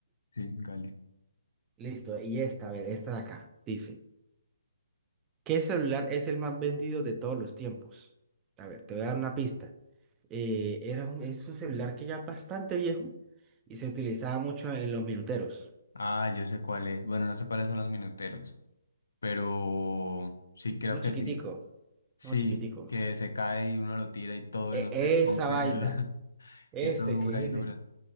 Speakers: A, on the left; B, on the right.
A: sí, galio.
B: Listo, y esta, a ver, esta de acá, dice. ¿Qué celular es el más vendido de todos los tiempos? A ver, te voy a dar una pista. Eh, era un, es un celular que ya es bastante viejo y se utilizaba mucho en los minuteros.
A: Ah, yo sé cuál es. Bueno, no sé cuáles son los minuteros, pero sí, creo
B: Uno
A: que
B: chiquitico,
A: sí. Sí,
B: uno chiquitico.
A: que se cae y uno lo tira y todo
B: E-
A: y no se
B: esa
A: rompe.
B: vaina,
A: ni nada. <laughs>
B: ese
A: Que eso dura
B: que es, inde-
A: y dura.